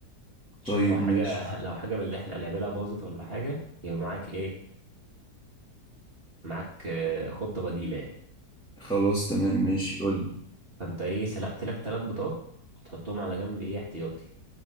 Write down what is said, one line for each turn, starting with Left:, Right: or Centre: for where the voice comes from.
Right: عشان
Centre: طيب
Right: لو حاجة
Centre: ماشي
Right: <laughs> لو حاجة من اللي احنا هنعملها باظت ولا حاجة يبقى معاك ايه معاك آه، خطة بديلة يعني
Centre: خلاص تمام ماشي قولي
Right: فانت ايه سلقت لك ثلاث بيضات وتحطهم على جنب ايه احتياطي